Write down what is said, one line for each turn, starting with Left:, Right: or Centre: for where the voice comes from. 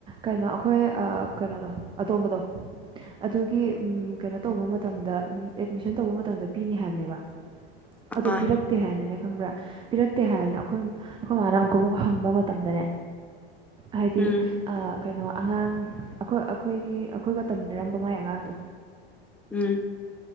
Right: ꯀꯩꯅꯣ ꯑꯩꯈꯣꯏ ꯑꯥ ꯀꯩꯅꯣꯗꯣ ꯑꯇꯣꯝꯕꯗꯣ ꯑꯗꯨꯒꯤ ꯎꯝ ꯀꯩꯅꯣ ꯇꯧꯕ ꯃꯇꯝꯗ ꯎꯝ ꯑꯦꯗꯃꯤꯁꯟ ꯇꯧꯕ ꯃꯇꯝꯗ ꯄꯤꯅꯤ ꯍꯥꯏꯕꯅꯦꯕ ꯑꯗꯣ
Centre: ꯑꯥ
Right: ꯄꯤꯔꯛꯇꯦ ꯍꯥꯏꯅꯅꯦ ꯈꯪꯕ꯭ꯔꯥ ꯄꯤꯔꯛꯇꯦ ꯍꯥꯏꯅ ꯑꯩꯈꯣꯏ ꯑꯩꯈꯣꯏ ꯃꯥꯅ ꯑꯃꯨꯛꯀ ꯑꯃꯨꯛ ꯍꯪꯕ ꯃꯇꯝꯗꯅꯦ ꯍꯥꯏꯗꯤ
Centre: ꯎꯝ
Right: ꯑꯥ ꯀꯩꯅꯣ ꯑꯉꯥꯡ ꯑꯩꯈꯣꯏ ꯑꯩꯈꯣꯏꯒꯤ ꯑꯩꯈꯣꯏꯒ ꯇꯝꯃꯤꯟꯅꯔꯝꯕ ꯃꯥꯏ ꯑꯉꯥꯡꯗꯣ
Centre: ꯎꯝ